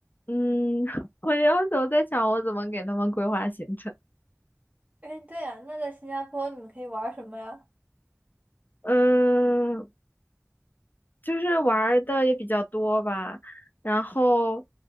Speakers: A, on the left; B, on the right.
A: 嗯，<laughs> 我有时候在想，我怎么给他们规划行程。
B: 哎，对呀，那在新加坡你们可以玩什么呀？
A: 嗯，就是玩儿的也比较多吧，然后